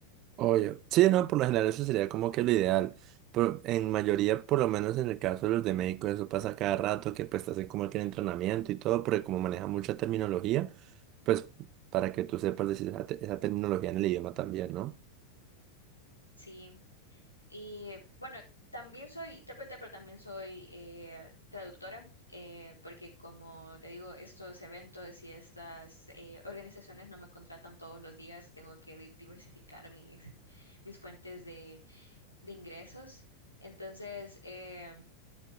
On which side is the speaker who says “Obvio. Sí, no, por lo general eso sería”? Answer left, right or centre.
Right